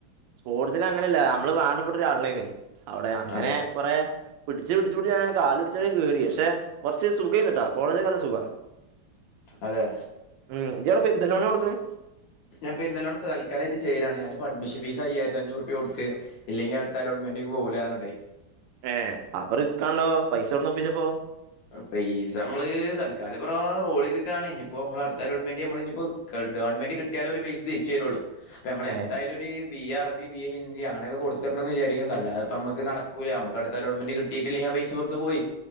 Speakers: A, on the right (about 75°); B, on the left (about 75°).
A: സ്പോർട്സസിൽ അങ്ങനെയല്ല നമ്മള് വേണ്ട പെട്ട ഒരാള് ഉണ്ടായിരിന് അവിടെ അങ്ങനെ
B: അതെ
A: കുറെ പിടിച്ച് പിടിച്ച് പിടിച്ച് അങ്ങനെ കാലുപിടിച്ചൊക്കെ കേറി പക്ഷെ കുറച്ച് സുഖമായിരുന്നുട്ട കോളേജൊക്കെ നല്ല സുഖാ.
B: അതെ.
A: ഉം ജ്ജവിടെ പെരിന്തൽമണ്ണ കൊടുക്കുന്നെ?
B: ഞാൻ പെരിന്തൽമണ്ണെപ്പ തൽക്കാലായിട്ട് ചേര്വാണ് ഞാനിപ്പ അഡ്മഷൻ ഫീസായി അയ്യായിരത്തിയന്നൂർ രുപ കൊടുത്ത്. ഇല്ലെങ്കി അടുത്തലോട്മെന്റിലേക്ക് പോവൂല്ലാറഞ്ഞിട്ടേ
A: ഏ അപ്പ റിസ്കാണല്ലോ പൈസ എവിടന്ന് ഒപ്പിച്ചപ്പോ?
B: പൈസമ്മള് തൽക്കാലിപ്പോ റോ റോളിങ്ങൊക്കാണ് ഇഞിപ്പോ നമ്മളടുത്ത അലോട്ട്മെന്റ് നമ്മള്ഇപ്പൊ ഇനിപ്പോ ഒ ഗവൺമെന്റി കിട്ടിയാലേ ഓരു പൈസ തിരിച്ചുരുള്ളൂ അപ്പ നമ്മള
A: ഏ
B: എന്തായാലും ഒരു ബിഎ അറബി ബി എ ഹിന്ദി അങ്ങനൊക്കെ കൊടുത്തിട്ടൊണ്ടന്ന് വിചാരിക്കണ്ട് അല്ലാതിപ്പ നമ്മക്ക് നടക്കൂല നമുക്കടുത്ത അലോട്മെന്റ് കിട്ടിയിട്ടില്ലെങ്കി ആ പൈസ വെർതെ പോയി